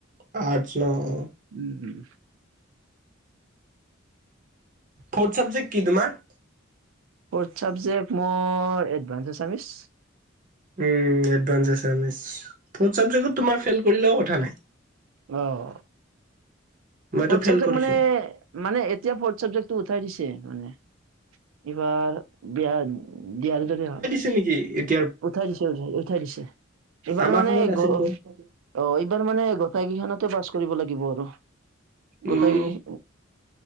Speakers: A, on the right; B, on the right.
A: আৰ্টছ ন অঁ।
B: উম' উম'।
A: ফ'ৰ্থ ছাবজেক্ট কি তোমাৰ?
B: ফ'ৰ্থ ছাবজেক্ট মোৰ এডভান্স আচামিছ।
A: উম' এডভান্স আচামিছ ফ'ৰ্থ ছাবজেক্ট তোমাৰ ফেইল কৰিলেও কথা নাই।
B: অঁ
A: মইতো
B: ফ'ৰ্থ
A: ফেইল
B: ছাবজেক্ট
A: কৰিছো।
B: মানে- মানে এতিয়া ফ'ৰ্থ চাবজেক্টটো উঠাই দিছে মানে। এইবাৰ- বিয়া বিয়াৰ দৰে হল।
A: টো নিকি? এইট-
B: উঠাই দিছে উঠাই দিছে, এইবাৰ
A: আমাৰ
B: মানে
A: সময়ত আছিলতো
B: গ- অ' এইবাৰ মানে গোটেইকেইখনতে পাছ কৰিব লাগিব আৰু, গোটেই-
A: উম